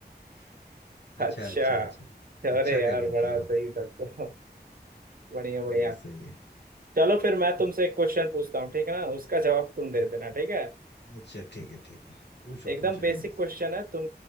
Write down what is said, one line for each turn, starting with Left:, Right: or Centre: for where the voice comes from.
Left: <laughs> अच्छा
Right: अच्छा
Left: अच्छा अच्छा
Right: अरे
Left: अच्छा कर
Right: यार
Left: लेते
Right: बड़ा
Left: हो
Right: सही था तो बढ़िया बढ़िया
Left: सही है सही है
Right: चलो फिर मैं
Left: तो
Right: तुमसे एक क्वेश्चन पूछता हूँ ठीक है ना उसका जवाब तुम दे देना ठीक है
Left: अच्छा ठीक है ठीक है पूछो
Right: एकदम
Left: पूछो
Right: बेसिक
Left: जल्दी से
Right: क्वेश्चन है तुम